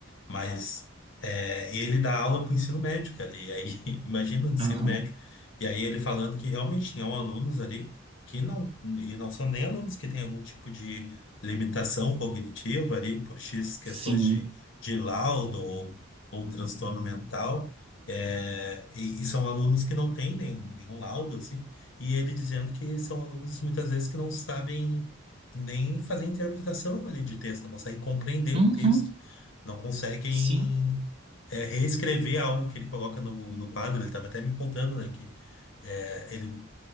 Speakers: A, on the left (about 60°); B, on the right (about 25°).
A: Mas é, ele dá aula para o ensino médio, cara. E aí, <laughs> imagina o ensino
B: Aham.
A: médio. E aí ele falando que realmente tinham alunos ali que não, e não são nem alunos que têm algum tipo de limitação cognitiva ali, por X questões
B: Sim.
A: de, de laudo ou, ou transtorno mental. É, e, e são alunos que não têm nenhum, nenhum laudo, assim, e ele dizendo que são alunos muitas vezes que não sabem nem fazer interpretação ali de texto, não conseguem compreender o
B: Uhum.
A: texto não conseguem
B: Sim.
A: é, reescrever algo que ele coloca no, no quadro. Ele estava até me contando, né, que é, ele,